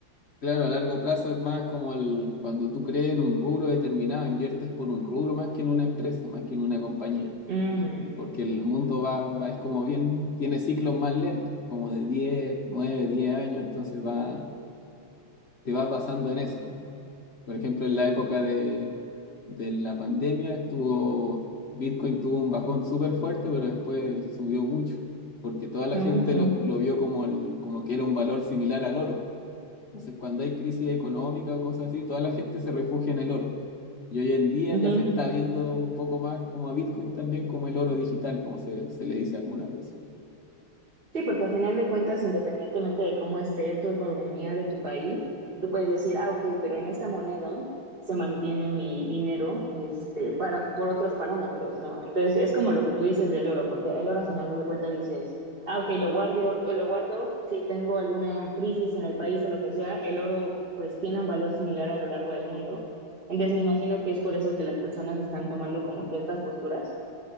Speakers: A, on the left; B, on the right.
A: Claro, a largo plazo es más como el, cuando tú crees en un rubro determinado, inviertes por un rubro más que en una empresa, más que en una compañía.
B: Mm,
A: Eh, Porque el mundo va, va, es como bien, tiene ciclos más lentos, como de 10, 9, 10 años, entonces va, te vas basando en eso. Por ejemplo, en la época de, de la pandemia estuvo, Bitcoin tuvo un bajón súper fuerte, pero después subió mucho, porque toda la
B: ujú,
A: gente lo, lo vio como, el- como que era un valor similar al oro. Entonces, cuando hay crisis económica o cosas así, toda la gente se refugia en el oro. Y hoy en día
B: ujú.
A: ya se está viendo un poco más como a Bitcoin también, como el oro digital, como se, se le dice algunas veces.
B: Sí, porque al final de cuentas, independientemente de cómo esté tu economía de tu país, tú puedes decir, ah, ok, pero en esta moneda se mantiene mi dinero este, para, por otros parámetros, ¿no? Entonces, es como lo que tú dices del oro, porque el oro al final de cuentas dices, ah, ok, lo guardo, lo guardo, si tengo alguna crisis en el país o lo que sea, el oro pues tiene un valor similar a lo largo del mundo. Entonces, me imagino que es por eso que las personas están tomando como que estas posturas.